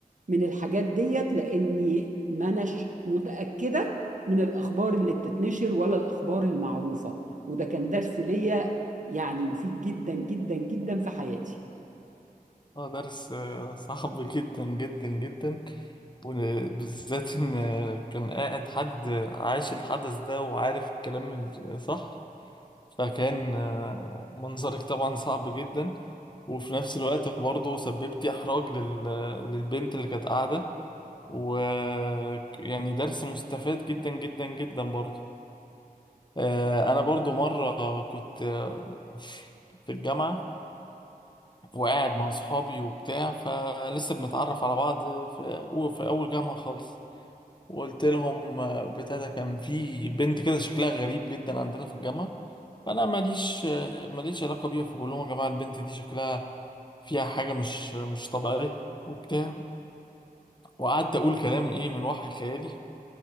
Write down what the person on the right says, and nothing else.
من الحاجات ديت لاني ما اناش متاكده من الاخبار اللي بتتنشر ولا الاخبار المعروفه وده كان درس ليا يعني مفيد جدا جدا جدا في حياتي